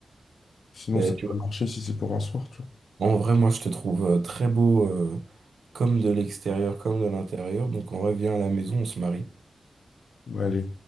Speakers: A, on the left; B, on the right.
A: sinon
B: ben,
A: ça
B: tu
A: peut
B: vois,
A: marcher si c'est pour un soir, tu vois.
B: en vrai moi je te trouve euh, très beau euh, comme de l'extérieur comme de l'intérieur. Donc en vrai viens à la maison, on se marie.
A: Ouais, Allez.